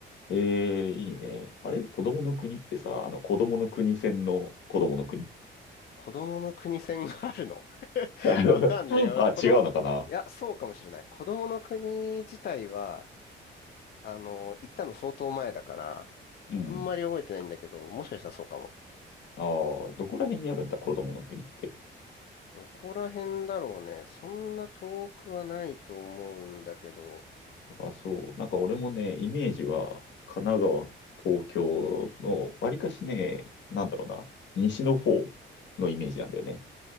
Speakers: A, on the left; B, on the left.
A: ええ、いいね。あれ子供の国ってさ、あの、子供の国戦の子供の国
B: 子供の国線があるの <laughs>
A: <laughs> あ、
B: いやわかんないよ。
A: 違
B: 子供、
A: うのかな
B: いや、そうかもしれない。子供の国自体は、あの、行ったの相当前だから、
A: うん。
B: あんまり覚えてないんだけど、もしかしたらそうかも。
A: ああ、どこら辺にあるんだ、子供の国って。
B: どこら辺だろうね。そんな遠くはないと思うんだけど、
A: あ、そう。なんか俺もね、イメージは、神奈川、東京の、わりかしね、なんだろうな、西の方のイメージなんだよね。